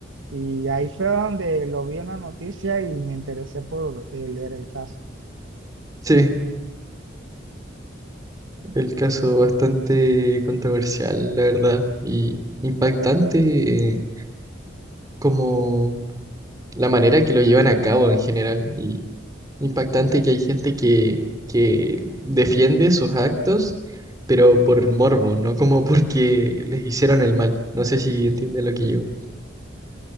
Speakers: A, on the right; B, on the right.
A: Y ahí fue donde lo vi en la noticia y me interesé por eh, leer el caso.
B: Sí, el caso bastante controversial, la verdad, y impactante eh, como la manera que lo llevan a cabo en general. Y impactante que hay gente que, que defiende sus actos, pero por morbo, no como porque les hicieron el mal. No sé si entiende lo que yo.